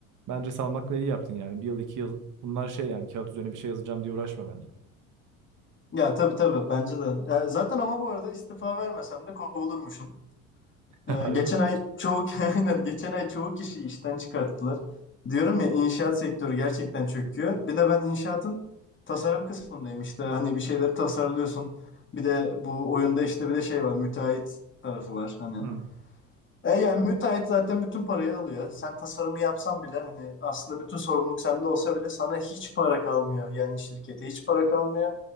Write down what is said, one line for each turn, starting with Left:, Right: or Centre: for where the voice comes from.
Right: bence salmakla iyi yaptın yani. Bir yıl iki yıl bunlar şey yani kağıt üzerine bir şey yazacağım diye uğraşma bence.
Left: Ya tabii tabii bence de. Ya zaten ama bu arada istifa vermesem de kovulurmuşum. Ee,
Right: <laughs> Harbi
Left: geçen
Right: mi?
Left: ay çoğu <laughs> aynen geçen ay çoğu kişiyi işten çıkarttılar. Diyorum ya inşaat sektörü gerçekten çöküyor. Bir de ben inşaatın tasarım kısmındayım işte. Hani bir şeyleri tasarlıyorsun. Bir de bu oyunda işte bir de şey var müteahhit tarafı var. Hani
Right: Hmm.
Left: e yani müteahhit zaten bütün parayı alıyor. Sen tasarımı yapsan bile hani aslında bütün sorumluluk sende olsa bile sana hiç para kalmıyor. Yani şirkete hiç para kalmıyor.